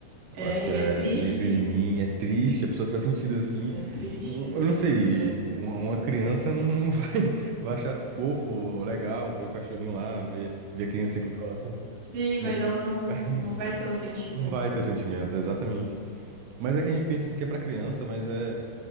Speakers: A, on the right; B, on the right.
A: é,
B: eu acho que
A: e
B: é
A: é triste.
B: Lembre de Mim, é triste, a pessoa fica sentida assim,
A: É triste
B: Um- um,
A: essa
B: eu não
A: animação.
B: sei, um- uma criança não <laughs> vai, vai achar fofo, legal, ver o cachorrinho lá, ver, ver a criancinha com o violão,
A: Sim,
B: vai
A: mas
B: ficar
A: ela
B: vai
A: não,
B: ficar rindo,
A: não
B: sabe?
A: vai ter o sentimento
B: Não vai ter
A: de.
B: sentimento, exatamente. Mas é que a gente pensa assim que é pra criança, mas é,